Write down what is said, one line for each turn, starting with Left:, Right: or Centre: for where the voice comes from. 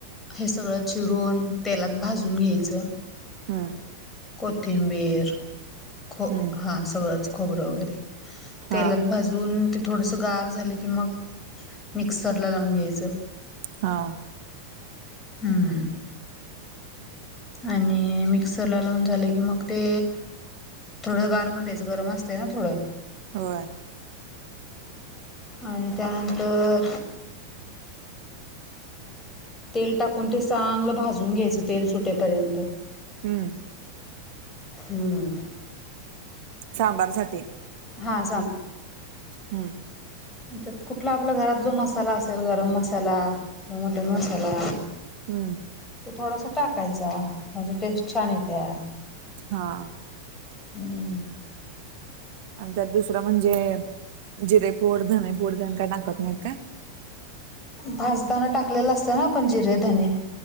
Left: हे सगळं चिरवून तेलात भाजून घ्यायचं
Right: हा.
Left: कोथिंबीर खो
Right: हम्म
Left: हां सगळंच खोबरं वगैरे तेलात
Right: हा
Left: भाजून ते थोडंसं गार झालं की मग मिक्सरला लावून घ्यायचं.
Right: हा.
Left: हम्म आणि मिक्सर ला लावून झाले की मग ते थोडं गार होऊन द्यायचं गरम असते ना थोडं
Right: होय
Left: आणि त्यानंतर तेल टाकून ते सांगलं भाजून घ्यायचं तेल सुटेपर्यंत
Right: हम्म.
Left: हम्म.
Right: सांभरसाठी
Left: हां
Right: हम्म.
Left: मग त्यात कुठला आपल्या घरात जो मसाला असेल गरम मसाला, मटन मसाला
Right: हम्म.
Left: ते थोडासा टाकायचा म्हणजे टेस्ट छान येतेया.
Right: हा.
Left: हम्म.
Right: आणि त्यात दुसरं म्हणजे जिरे पोड, धने पोड तेन काय टाकत नाहीत काय?
Left: भाजताना टाकलेलं असतं ना आपण जिरे, धने